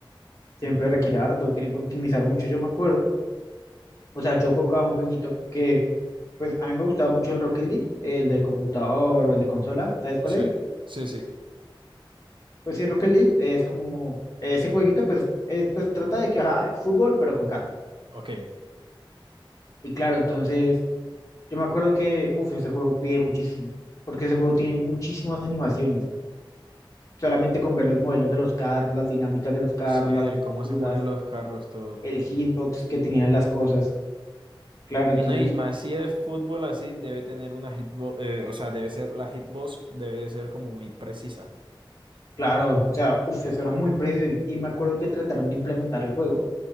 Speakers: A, on the left (about 35°); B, on the right (about 65°).
A: siempre requiere harto, tienen que optimizar mucho, yo me acuerdo. O sea, yo jugaba un jueguito que pues a mí me gustaba mucho el Rocket League, el de computador o el de consola, ¿sabes cuál
B: sí,
A: es?
B: sí, sí.
A: Pues sí, Rocket League es como ese jueguito pues, es- pues trata de que ajá, es fútbol pero con carro.
B: Ok.
A: Y claro, entonces Yo me acuerdo que, uff, ese juego pide muchísimo, porque ese juego tiene muchísimas animaciones. Solamente con ver los modelos de los carros, las dinámicas de los carros,
B: Sí,
A: las
B: el
A: texturas,
B: cómo se mueven los carros, todo.
A: el hitbox que tenían las cosas. Claro, entonces,
B: Y no, y más si es fútbol así, debe tener una hitbox, o sea, debe ser, la hitbox debe ser como muy precisa.
A: claro, o sea, uff, eso era muy preciso y, y me acuerdo que trataron de implementar el juego